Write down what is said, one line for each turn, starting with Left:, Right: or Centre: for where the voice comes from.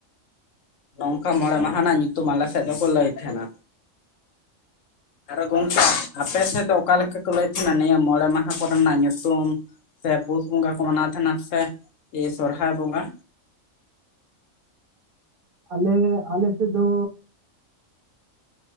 Left: ᱱᱚᱝᱠᱟ ᱢᱚᱬᱮ ᱢᱟᱦᱟ ᱱᱟᱜ ᱧᱩᱛᱩᱢ ᱟᱞᱮ ᱥᱮᱫ ᱫᱚᱠᱚ ᱞᱟᱹᱭ ᱛᱟᱦᱮᱱᱟ ᱟᱨᱚ ᱜᱚᱝᱠᱮ ᱟᱯᱮ ᱥᱮᱫ ᱫᱚ ᱚᱠᱟ ᱞᱮᱠᱟ ᱠᱚ ᱞᱟᱹᱭ ᱛᱟᱦᱮᱱᱟ ᱱᱤᱭᱟᱹ ᱢᱚᱬᱮ ᱢᱟᱦᱟ ᱠᱚᱨᱮᱱᱟᱜ ᱧᱩᱛᱩᱢ ᱥᱮ ᱯᱩᱥ ᱵᱚᱸᱜᱟ ᱠᱚ ᱢᱟᱱᱟᱣ ᱛᱟᱦᱮᱸᱱᱟ ᱥᱮ ᱮ ᱥᱚᱨᱦᱟᱭ ᱵᱚᱸᱜᱟ
Right: ᱟᱞᱮ ᱟᱞᱮᱮ. ᱥᱮᱫ ᱫᱚ